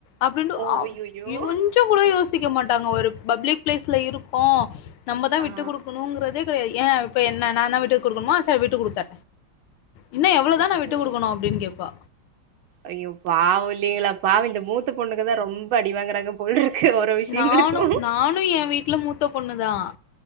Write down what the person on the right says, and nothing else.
ஓ
ஐயையோ
ஆ
ஐயையோ
ஐயோ பாவ இல்லைங்களா பாவ இந்த மூத்த பொண்ணுங்கதா ரொம்ப அடிவாங்கறாங்க போலருக்கு ஒரு விஷயங்களுக்கு